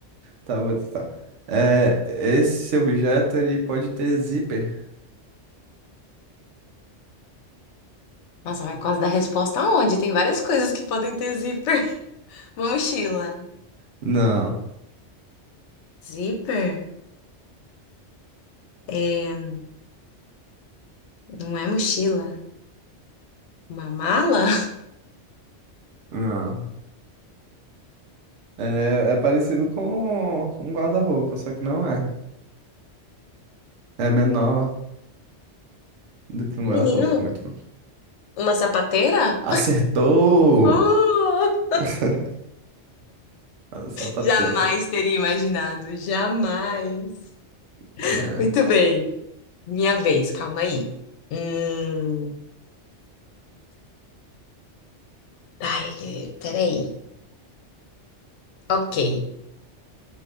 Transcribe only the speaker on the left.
Nossa, vai quase dar resposta aonde? Tem várias coisas que podem ter zíper. <laughs> Uma mochila.
Zíper? É, não é mochila. Uma mala?
<laughs>
Menino,
uma sapateira?
<laughs> Oh!
Jamais
teria imaginado, jamais.
Muito bem, minha vez, calma aí. Hum... Ai, que- peraí. Ok,